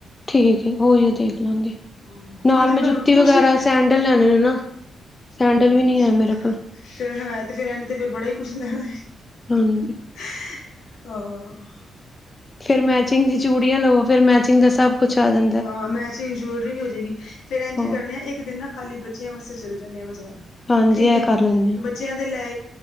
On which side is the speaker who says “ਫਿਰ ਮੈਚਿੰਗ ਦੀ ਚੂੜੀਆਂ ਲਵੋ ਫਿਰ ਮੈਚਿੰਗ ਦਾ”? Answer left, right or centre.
Left